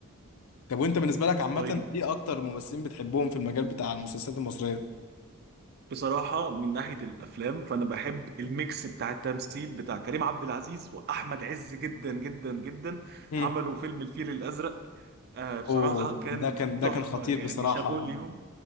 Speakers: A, on the left; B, on the right.
A: طب وانت بالنسبه لك عامه
B: طيب
A: ايه اكتر ممثلين بتحبهم في المجال بتاع المسلسلات المصريه
B: بصراحة من ناحية الأفلام فأنا بحب الميكس بتاع التمثيل بتاع كريم عبد العزيز وأحمد عز جدا جدا جدا
A: مم.
B: عملوا فيلم الفيل الأزرق آه بصراحة
A: اوه
B: كان
A: ده كان ده
B: تحفة
A: كان خطير
B: يعني
A: بصراحه
B: شابوه ليهم